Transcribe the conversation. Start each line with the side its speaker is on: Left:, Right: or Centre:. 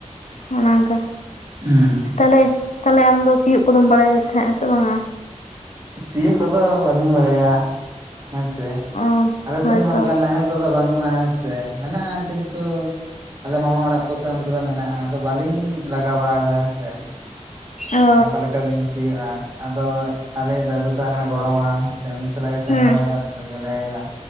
Left: ᱚᱱᱮ ᱚᱱᱠᱟ᱾
Right: ᱦᱮᱸ
Left: ᱛᱟᱦᱚᱞᱮ ᱛᱟᱦᱚᱞᱮ ᱟᱢᱫᱚ ᱥᱤᱭᱳᱜ ᱠᱚᱫᱚᱢ ᱵᱟᱲᱟᱭ ᱛᱟᱦᱮᱸᱫᱼᱟ ᱥᱮ ᱵᱟᱝᱟ?
Right: ᱥᱤᱭᱟᱹ ᱠᱚᱫᱚ ᱵᱟᱹᱞᱤᱧ ᱵᱟᱲᱟᱭᱟ ᱦᱮᱸᱥᱮ
Left: ᱚ
Right: ᱟᱞᱮ
Left: ᱦᱳᱭᱛᱚ
Right: ᱥᱮᱱ ᱢᱟ ᱚᱱᱠᱟ ᱱᱟᱦᱮᱞᱼᱼ ᱠᱚᱫᱚ ᱵᱟᱹᱱᱩᱜᱼᱟ ᱦᱮᱸ ᱥᱮ ᱢᱮᱱᱟᱜᱼᱟ ᱠᱤᱱᱛᱩᱼᱼ ᱟᱞᱮ ᱢᱟᱢᱟ ᱚᱲᱟᱜ ᱠᱚᱥᱮ ᱚᱱᱛᱮ ᱫᱚ ᱢᱮᱱᱟᱜᱼᱟ ᱟᱫᱚ ᱵᱟᱹᱞᱤᱧ ᱞᱟᱜᱟᱣ ᱵᱟᱲᱟ ᱠᱟᱫᱟ ᱦᱮᱸ ᱥᱮ᱾
Left: ᱚ
Right: ᱟᱫᱚ ᱚᱠᱟᱮᱠᱟᱞᱤᱧ ᱥᱤᱭᱟᱹᱜᱼᱟ ᱟᱫᱚ ᱟᱞᱮᱭᱮᱜ ᱫᱟᱫᱩ ᱛᱟᱦᱮᱸ ᱠᱟᱱᱟᱭ ᱜᱚᱲᱚᱢ ᱦᱟᱲᱟᱢᱼᱼ ᱥᱮᱱ ᱩᱱᱤ ᱥᱟᱞᱟᱜ ᱜᱮ ᱥᱮᱱ
Left: ᱦᱮᱸ
Right: ᱵᱟᱲᱟᱭ ᱜᱮᱭᱟ ᱟᱫᱚ ᱧᱮᱞᱮ ᱦᱩᱭᱩᱜᱼᱟ